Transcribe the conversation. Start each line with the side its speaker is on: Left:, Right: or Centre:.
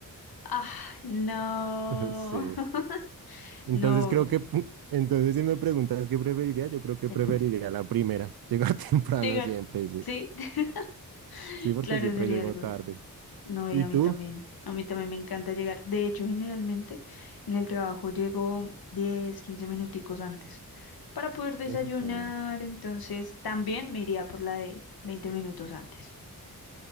Left: Ah, no.
Right: <laughs> Sí.
Left: <laughs>
Right: Entonces
Left: No,
Right: creo
Left: horrible.
Right: que, pu- entonces si me preguntas qué preferiría, yo creo que
Left: Temprano.
Right: preferiría la primera, llegar <laughs> temprano
Left: Llegar.
Right: siempre, sí.
Left: Sí, <laughs>
Right: Sí, porque
Left: claro,
Right: siempre
Left: sería
Right: llego
Left: algo.
Right: tarde.
Left: No,
Right: ¿Y
Left: y a
Right: tú?
Left: mí también. A mí también me encanta llegar. De hecho, generalmente en el trabajo llego 10, 15 minuticos antes para poder desayunar.
Right: Eso está bien.
Left: Entonces, también me iría por la de 20 minutos antes.